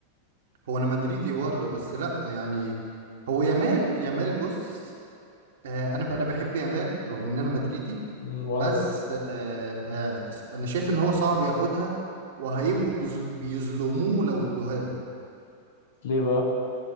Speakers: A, on the right; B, on the left.
A: انا مدريدي برضه بس لا يعني هو يامال يامال بص آه، انا انا بحب يامال رغم ان انا مدريدي
B: مم، وانا
A: بس
B: برضه
A: آه، آه، انا شايف ان هو صعب ياخدها وهيبقوا بز- بيظلموه لو ادوها له
B: ليه بقى